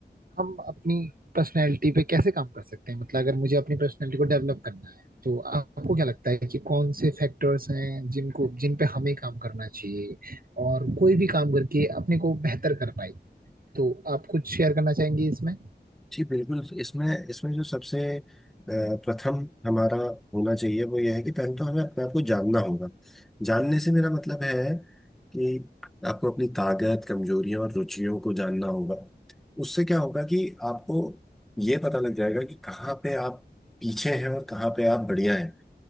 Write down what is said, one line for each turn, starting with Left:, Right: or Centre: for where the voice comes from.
Right: हम अपनी पर्सनैलिटी पे कैसे काम कर सकते हैं मतलब अगर मुझे अपनी पर्सनैलिटी को डेवलप करना है तो आपको क्या लगता है कि कौन से फैक्टर्स हैं जिनको जिन पे हमें काम करना चाहिए और कोई भी काम करके अपने को बेहतर कर पाए तो आप कुछ शेयर करना चाहेंगे इसमें
Centre: जी बिल्कुल इसमें इसमें जो सबसे अ, प्रथम हमारा होना चाहिए वो यह है कि पहले तो हमें अपने आप को जानना होगा जानने से मेरा मतलब है कि आपको अपनी ताकत कमजोरियों और रुचियों को जानना होगा उससे क्या होगा कि आपको ये पता लग जाएगा कि कहाँ पे आप पीछे हैं और कहाँ पे आप बढ़िया हैं